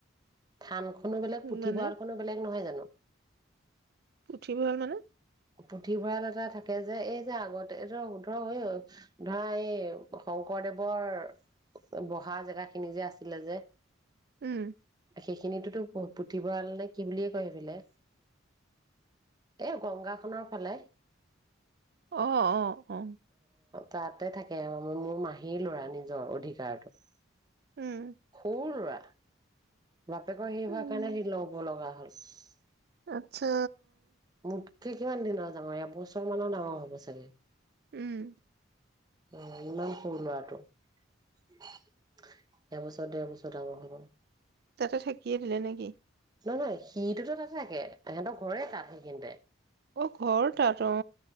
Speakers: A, on the right (about 20°); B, on the right (about 50°).
A: থান খো বেলে পুথিভঁলখনো
B: মানে
A: বেলেগ নহয় জানো? <unintelligible>
B: পুথিভঁৰাল মানে
A: পুথিভঁৰাল এটা থাকে যে এই যে আগতে এইটো ধৰ ধৰা এই শংকৰদেৱৰ বহা জেগা সি নিজে যে আছিলে যে
B: উম।
A: সেইখিনিতোতো পুথিভঁৰাল নে কি বুলিয়ে কয় সেইফিলে এ গংগাখনৰ ফালে।
B: আহ, অ, অ।
A: তাতে থাকে মোৰ মাহীৰ ল'ৰা নিজৰ অধিকাৰতটো।
B: উম
A: সৰু লৰা বাপেকৰ সেই
B: উম
A: হোৱাৰ কাৰণে সি ল'ব লগা হ'ল। <unintelligible>
B: আচ্ছা।
A: মোক কি কিমান দিনৰ ডাঙৰ ই এবছৰমানৰ ডাঙৰ হ'ব চাগে।
B: উম।
A: উ ইমান সৰু ল'ৰাটো, এবছৰ ডেৰ বছৰ ডাঙৰ হব।
B: তাতে থাকিয়ে দিলে নেকি?
A: নহয় নহ সিটোতো নাথাকে সিহতৰ ঘৰেই তাতেই <unintelligible>
B: অ ঘৰ তাত, অ।